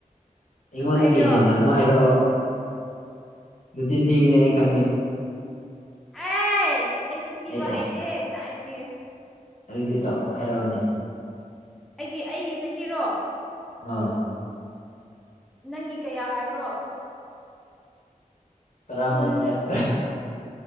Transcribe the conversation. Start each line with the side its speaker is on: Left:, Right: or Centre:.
Left: ꯑꯩꯉꯣꯟꯗꯒꯤ
Centre: ꯑꯩꯔꯣ
Left: ꯍꯦꯟꯅ ꯑꯃꯨꯛ ꯍꯥꯏꯔꯛꯑꯣ ꯇꯤꯟ ꯊꯤꯅꯤ ꯑꯩ ꯈꯪꯉꯤ
Centre: ꯑꯦ ꯑꯩ ꯆꯤꯟꯊꯤꯕ
Left: ꯑꯦ ꯑꯦ
Centre: ꯍꯩꯇꯦ ꯀꯗꯥꯏꯒꯦ
Left: ꯑꯗꯨꯗꯤ ꯇꯧ ꯍꯥꯏꯔꯛꯑꯅꯤ
Centre: ꯑꯩꯒꯤ ꯑꯩꯒꯤ ꯆꯍꯤꯔꯣ
Left: ꯑꯥ
Centre: ꯅꯪꯒꯤ ꯀꯌꯥ ꯍꯥꯏꯕ꯭ꯔꯣ
Left: ꯇꯔꯥꯔꯤ
Centre: ꯀꯨꯟ